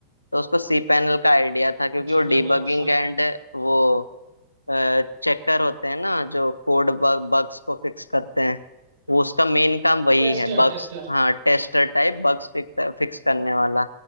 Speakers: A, on the left; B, on the right.
A: तो उसको सी पैनल का आइडिया था क्योंकि
B: अच्छा
A: वो डिबगिंग
B: डेवऑप्स हाँ
A: एंड
B: हाँ
A: वो चेकर होते हैं ना जो कोड बग, बग्स को फिक्स करते हैं वो उसका मेन काम वही
B: Tester
A: है बग्स
B: tester
A: हाँ टेस्टर टाइप बग्स फिक्स करने वाला